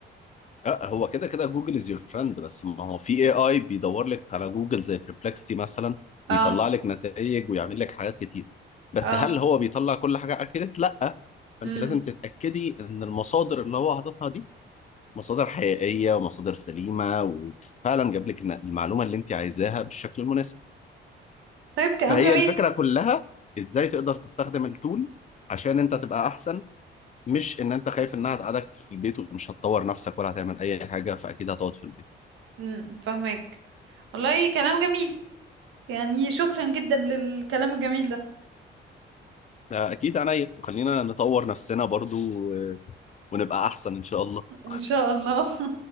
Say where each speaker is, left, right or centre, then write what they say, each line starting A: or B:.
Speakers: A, on the left; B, on the right.
A: آه، هو كده كده جوجل از يور فريند بس ما هو في اي اي بيدور لك على جوجل زي بربلكستي مثلا
B: <laughs> اه
A: ويطلع لك نتائج ويعمل لك حاجات كتير بس
B: اه
A: هل هو بيطلع كل حاجه اكيد لا فانت
B: مم.
A: لازم تتاكدي ان المصادر اللي هو حاططها دي مصادر حقيقيه ومصادر سليمه وفعلا جاب لك الن- المعلومه اللي انت عايزاها بالشكل المناسب
B: طيب كلام
A: فهي
B: جميل
A: الفكره كلها ازاي تقدر تستخدم التول عشان انت تبقى احسن مش ان انت خايف انها تقعدك في البيت ومش هتطور نفسك ولا هتعمل اي حاجه فاكيد هتقعد في البيت
B: امم فاهمك والله كلام جميل يعني شكرا جدا للكلام الجميل ده
A: اكيد عينيا وخلينا نطور نفسنا برضو و- ونبقى احسن ان شاء الله
B: ان شاء الله